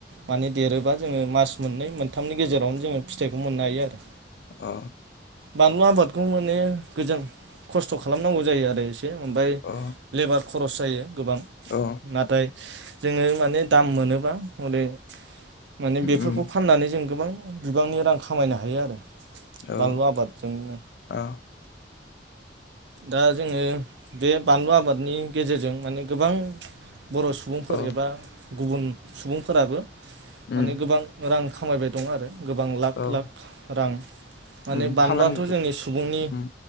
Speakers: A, on the right; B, on the left.
A: माने देरोबा जोङो मास मोननै मोनथामनि गेजेरावनो जोङो फिथाइखौ मोननो हायो आरो
B: अ।
A: बानलु आबादखौ माने गोजोन खस्थ' खालामनांगौ जायो आरो एसे ओमफाय
B: अ
A: लेबार खरस जायो। गोबां
B: औ
A: नाथाय जोङो माने दाम मोनोबा हरै माने बेफोरखौ
B: उम
A: फाननानै जों गोबां बिबांनि रां खामायनो हायो आरो
B: औ
A: बानलु आबादजोंनो।
B: औ
A: दा जोङो बे बानलु आबादनि गेजेरजों माने गोबां बर' सुबुंफोर
B: औ
A: एबा गुबुन सुबुंफोराबो माने
B: उम
A: गोबां रां खामायबाय दं आरो गोबां लाख
B: औ
A: लाख रां माने
B: उम
A: बानलुआथ'
B: फालांगि
A: जोंनि सुबुंनि
B: उम